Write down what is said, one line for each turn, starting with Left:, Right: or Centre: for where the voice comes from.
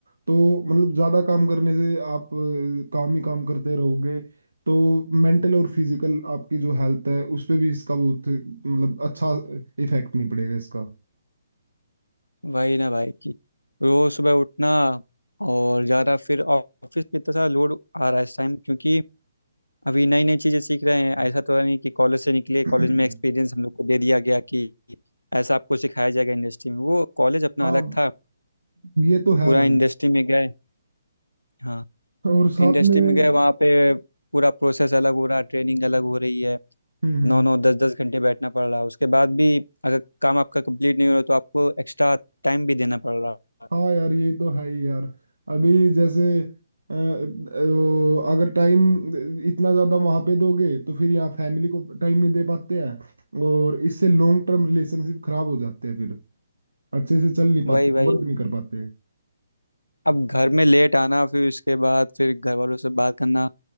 Right: तो मतलब ज्यादा काम करने से आप अ, काम ही काम करते रहोगे तो मेंटल और फिजिकल आपकी जो हेल्थ है उस पे भी इसका बहुत मतलब अच्छा इफेक्ट नहीं पड़ेगा इसका
Left: वही ना भाई कि रोज सुबह उठना और ज़्यादा फिर ऑफिस पे इतना सारा लोड आ रहा है इस टाइम क्योंकि अभी नई नई चीज़ें सीख रहे हैं ऐसा तो है नहीं कि कॉलेज से निकले
Right: <clears throat>
Left: कॉलेज में एक्सपीरियंस हम लोग को दे दिया गया कि ऐसा आपको सिखाया जाएगा इंडस्ट्री में वो कॉलेज अपना
Right: हाँ
Left: अलग था
Right: ये तो है
Left: पूरा
Right: भाई
Left: इंडस्ट्री में गए हाँ
Right: और साथ
Left: इंडस्ट्री
Right: में हम्म
Left: में गए वहाँ पे पूरा प्रोसेस अलग हो रहा है, ट्रेनिंग अलग हो रही है
Right: हम्म हम्म।
Left: नौ नौ दस दस घंटे बैठना पड़ रहा है उसके बाद भी अगर काम आपका कंप्लीट नहीं हो रहा तो आपको एक्स्ट्रा टाइम भी देना पड़ रहा है
Right: हाँ यार ये तो है ही यार अभी जैसे अ, वो अगर टाइम इतना ज़्यादा वहाँ पे दोगे तो फिर यहाँ फैमिली को टाइम नहीं दे पाते हैं और इससे लॉन्ग टर्म रिलेशनशिप खराब हो जाते हैं फिर अच्छे से चल नहीं पाते
Left: वही वही
Right: वर्क नहीं कर पाते
Left: अब घर में लेट आना फिर उसके बाद फिर घर वालों से बात करना